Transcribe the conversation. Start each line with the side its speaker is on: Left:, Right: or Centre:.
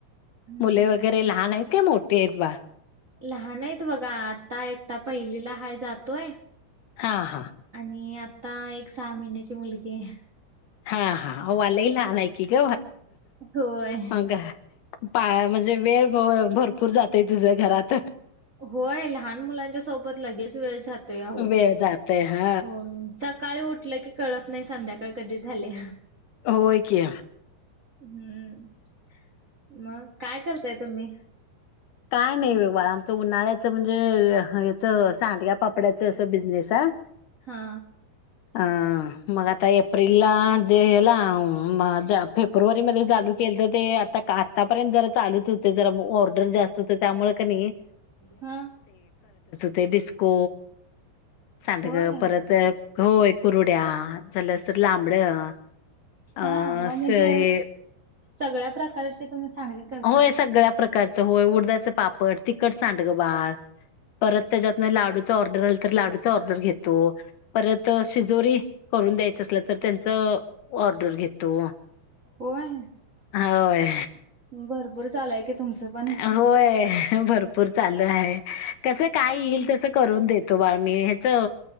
Right: हम्म
Left: मुले वगैरे लहान आहेत का मोठीे आहेत बाळ.
Right: लहान आहेत बघा आता एकटा पहिलीला हाय जातोय.
Left: हा हा
Right: आणि आता एक सहा महिन्याची मुलगी आहे.
Left: हा हा अव्वा लय लहान ऐकी ग.
Right: होय
Left: मग बाळ म्हणजे वेळ भरपूर जातय तुझ्या घरात
Right: होय लहान मुलांच्या सोबत लगेच वेळ जातोय अहो.
Left: वेळ जातय हा
Right: हो सकाळी उठलं की कळत नाही संध्याकाळ कधी झाल्या.
Left: होय की
Right: हम्म मग काय करताय तुम्ही
Left: काय नाही बघ बाळा. उन्हाळ्याच म्हणजे याच सांडग्या पापडाच अस बिजनेस आहे.
Right: हा.
Left: अ मग आता एप्रिलला जेला माझ्या फेब्रुवारी मध्ये चालू केलत तर ते आता आतापर्यंत जरा चालूच होते जरा ऑर्डर जास्त होत त्यामुळे क नी.
Right: हा.
Left: ते डिस्को सांडग
Right: होय
Left: परत होय कुरुड्या झाल. लांबड अ
Right: हा
Left: अस
Right: मग म्हणजे
Left: हे.
Right: सगळ्या प्रकारचे तुम्ही सांडगे करता.
Left: होय सगळ्या प्रकारचं होय उडदाचं पापड तिखट सांडगं बाळ. परत त्याच्यातन लाडूच ऑर्डर झालं तर लाडूचा ऑर्डर घेतो परत शिजोरी करून द्यायच अस तर त्यांच ऑर्डर घेतो.
Right: होय.
Left: होय.
Right: भरपूर चालू हाय की तुमचं पण
Left: होय, भरपूर चालू आहे कसं काय येईल तसं करून देतो बाळ मी ह्याच.